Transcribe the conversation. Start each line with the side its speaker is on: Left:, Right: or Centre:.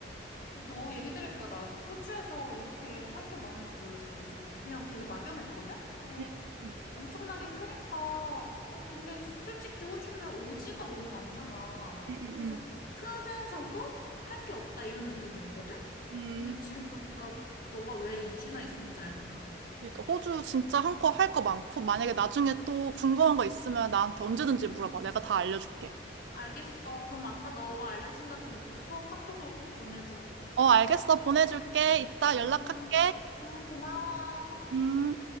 Left: 어, 너 얘기 들으니까 나 호주에서 이렇게 할 게 많은지 몰랐어, 그전에는. 그냥 되게 막연했거든? 뭐
Right: 응, 응,
Left: 엄청나게 크니까, 어, 근데 수- 솔직히 호주는 오지가 너무 많잖아.
Right: 응,
Left: 그래서
Right: 응.
Left: 크면서도 할 게 없다 이런 느낌이었거든?
Right: 응.
Left: 근데 지금 보니까 너가 왜 2주나 있었는지 알겠다.
Right: 그러니까 호주 진짜 한껏 할 거 많고 만약에 나중에 또 궁금한 거 있으면 나한테 언제든지 물어봐. 내가 다 알려줄게.
Left: 알겠어. 그럼 아까 너가 알려준다던 그 투어 카톡으로 꼭 보내줘.
Right: 어, 알겠어. 보내줄게. 이따 연락할게.
Left: 응, 응, 고마워.
Right: 음.